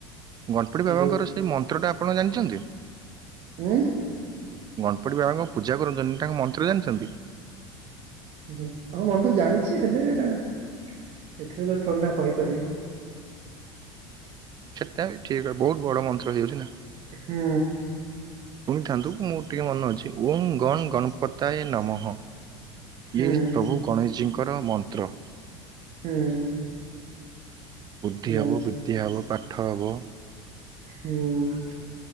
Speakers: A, on the right; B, on the right.
A: ଗଣପତି ବାବାଙ୍କର
B: ବହୁତ
A: ସେଇ ମନ୍ତ୍ରଟା ଆପଣ ଜାଣିଚନ୍ତି?
B: ହୁଁ। ହୁଁ ନା।
A: ଗଣପଟି ବାବାଙ୍କର ପୂଜା କରୁଚନ୍ତି ତାଙ୍କ ମନ୍ତ୍ର ଜାଣିଚନ୍ତି?
B: ହୁଁ ହୁଁ ହଁ ବନ୍ଧୁ ଜାଣିଚି ହେଲେ ଏଥିରେ ତ ଥୋଡ଼ି ନା କହିପାରିବି।
A: ସେଟା ବି ଠିକ୍ ବୋହୁତ ବଡ ମନ୍ତ୍ର ହେଇଯାଉଚି ନା।
B: ହୁଁ।
A: ଶୁଣିଥାନ୍ତୁ ମୁଁ ଟିକେ ମନେ ଅଉଛି ଓମ୍ ଗଣ ଗଣପତାଏ ନମଃ।
B: ହୁଁ।
A: ଇଏ ପ୍ରଭୁ ଗଣେଶଜୀଙ୍କର ମନ୍ତ୍ର।
B: ହୁଁ।
A: ବୁଦ୍ଧି
B: ଜାଣିଛି
A: ହେବ ବିଦ୍ୟା ହେବ ପାଠ ହେବ।
B: ହୁଁ।